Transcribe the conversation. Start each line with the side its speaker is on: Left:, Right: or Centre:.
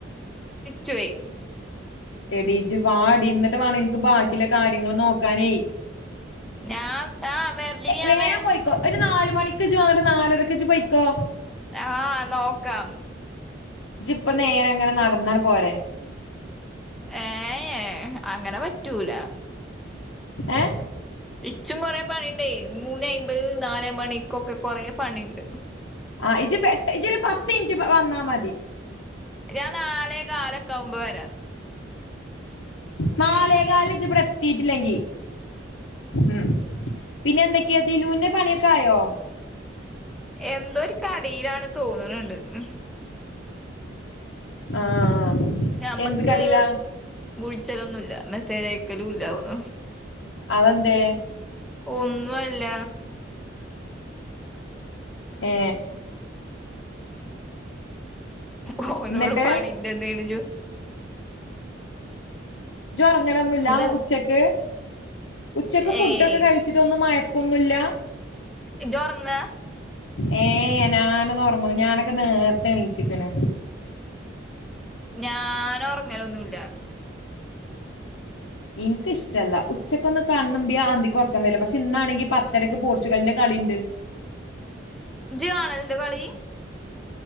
Centre: ചെയയ്
Left: എഡീജി വ അടന്നിട്ട് വേണ എനിക്ക് ബാക്കിയുള്ള കാര്യങ്ങള്ൾ നോക്കാനേ
Centre: ഞാൻ ആഹ് വരല് ഞാൻ
Left: വേൻ
Centre: വേ
Left: പോയിക്കോ ഒരു നാല <unintelligible> വന്നിട്ട് നാലരക്കച്ച് പയിക്കോ
Centre: ആഹ നോക്ക കം
Left: ഇ ഇപ്പ നേരെ അങ്ങനെ നടന്നാണ് പോരെ
Centre: ഏ അങ്ങനെ പറ്റൂല
Left: ഏ
Centre: ഇച്ചും കൊറ പണിയണ്ടേ മൂന്ന് അമ്പത് നാല മണിക്കൊക്കെ കൊറെ പണിയുണ്ട്
Left: ആഹ ഇജ പ ഇജൊ ഒരു പത്ത് മിനിറ്റ് വന്നാ മതി
Centre: ഞാൻ നാാലെ കാലൊക്കെകുമ്പ് വരാ
Left: നാലേ കാലിച്ച പ്ര ീട്ടില്ലെങ്കി ഉ പിന്നെ എന്തൊക്കെയതിലൂന്റെ പണിയൊക്കെ ആയോ
Centre: എന്തോ ഒരു കടയിലാണ് തോന്നണണ്ട് ഉ
Left: ആഹ ആ
Centre: ഞമ്മക്ക്
Left: എന്ത് കടീലാ
Centre: കുളിച്ചലൊന്നുമല്ല മെസ്സേജക്കലും ഇല്ല ആ
Left: അതെന്തേ
Centre: ഒന്നുംല്ല
Left: ഏ
Centre: ഓനോട്
Left: എന്നിട്ട്
Centre: പണിന്റെ എന്തജു
Left: ജുറങ്ങലൊന്നുമല്ല
Centre: ഇത്
Left: ഉച്ചക്ക് ഉച്ചയ്ക്ക് ഫുഡ്
Centre: ഏയ്
Left: ഒക്കെ കഴിച്ചിട്ട് ഒന്ന് മയ ങ്ങോന്നുല്ല
Centre: ഇജിഒറങ്ങ
Left: ഏ ഞാനൊന്ന് ഉറങ്ങുന്നു ഞാനൊക്കെ നേർത്തെ എണീച്ചിക്കണ്
Centre: ഞാന ഉറങ്ങലന്നുല്ല
Left: എനിക്ക ഇഷ്ടല്ല ഉച്ചക്കൊന്നും കണ്ണ്മ്പ്യ അന്തിക്ക് ഉറക്കം വരല പക്ഷെ ഇന്നാണെങ്കി പത്തരക്ക് പോർച്ചുഗലിന്റെ കളിണ്ട്
Centre: ജി കാണല്ണ്ടോ കളി